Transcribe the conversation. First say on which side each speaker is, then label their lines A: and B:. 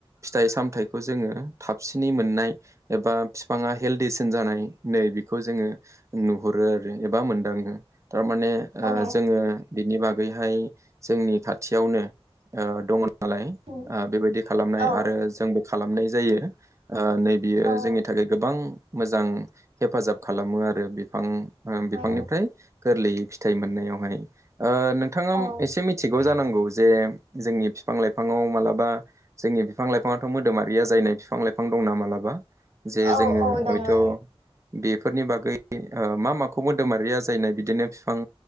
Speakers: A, on the right; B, on the right.
A: फिथाइ सामथायाइखौ जोङो थाबसिनै मोननाय एबा बिफाङा हेल्डिसिन जानाय नै बेखौ जोङो नुहरो आरो एबा मोनदाङो थारमाने
B: औ
A: जोङो बिनि बागैहाय जोंनि खाथियावनो ओ दङ नालाय
B: उम
A: बेबायदि खालामनाय
B: औ
A: आरो जोंबो खालामनाय जायो ओ नैे बियो
B: औ
A: जोंनि थाखाय गोबां मोजां हेफाजाब खालामो आरो बिफां बिफांनिफ्राय
B: औ
A: गोरलैयै फिथाइ मोननायावहाय ओ नों थाङा
B: औ
A: एसे मिथिगौ
B: आच-
A: जानांगौ जे जोंनि बिफां लाइफाङाव मालाबा जोंनि बिफां लाइफाङाथ मोदोमारि आजायनाय बिफां लाइफां दंना मालाबा जे
B: औ
A: जोङो
B: औ
A: हयथ
B: दङो
A: बेफोरनि बागै मा माखौ मोदोमारिया जायनाय बिदिनो बिफां